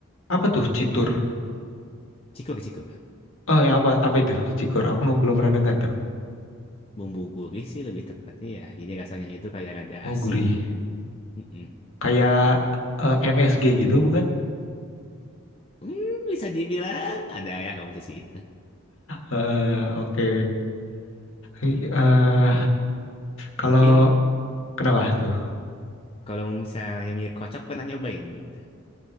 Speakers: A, on the left; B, on the left.
A: Apa tuh citur?
B: Cikur, cikur.
A: Oh, ya apa apa itu? Cikur. Aku nge- belum pernah dengar tuh.
B: Bumbu gurih sih lebih tepatnya ya. Jadi rasanya itu kayak ada
A: Oh,
B: asin.
A: gurih.
B: Mm-mm.
A: Kayak eh, MSG gitu bukan?
B: Hmm, bisa dibilang ada ya kamu sisi itu.
A: Eh, oke. Eh, kalau
B: Mungkin
A: kenapa tuh?
B: kalau misalnya mie kocok pernah nyobain belum tuh?